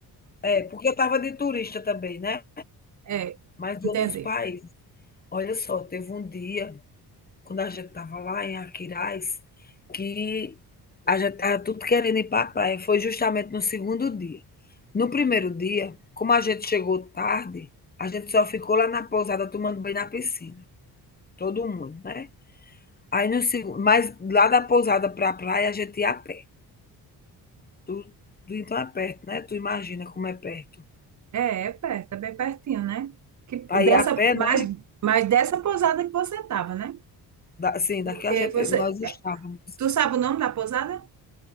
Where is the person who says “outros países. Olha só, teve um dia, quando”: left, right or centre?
Left